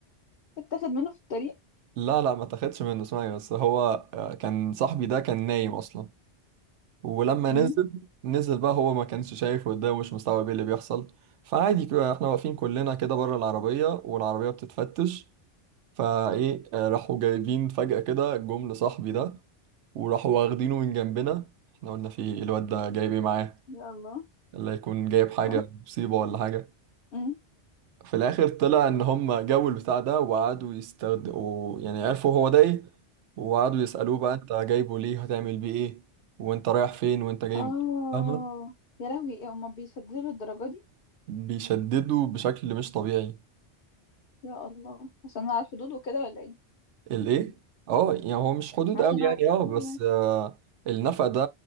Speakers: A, on the left; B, on the right.
A: اتاخد منه في الطريق
B: لا لا ما تاخدش منه اسمعي بس هو آه، كان صاحبي ده كان نايم اصلا ولما
A: امم
B: نزل نزل بقى هو ما كانش شايف قدامه مش مستوعب ايه اللي بيحصل فعادي كده احنا واقفين كلنا كده بره العربية والعربية بتتفتش فايه آه، راحوا جايبين فجأة كده جم لصاحبي ده وراحوا واخدينه من جنبنا احنا قلنا في إيه؟ الواد ده جايب ايه معاه
A: يا الله
B: اللي هيكون جايب حاجة
A: اه
B: مصيبة ولا حاجة
A: امم
B: في الآخر طلع إن هم جابوا البتاع ده وقعدوا يستخدموا يعني عرفوا هو ده ايه وقعدوا يسألوه بقى انت جايبه ليه هتعمل بيه ايه وانت رايح فين وانت جاي
A: اه
B: فاهمة
A: يا لهوي ايه هما بيسددوا للدرجة دي
B: بيشددوا بشكل مش طبيعي
A: يا الله عشان على الحدود وكده ولا ايه
B: الايه اه يعني هو مش حدود
A: عشان
B: قوي يعني
A: على الحدود
B: اه بس
A: يعني
B: آه النفق ده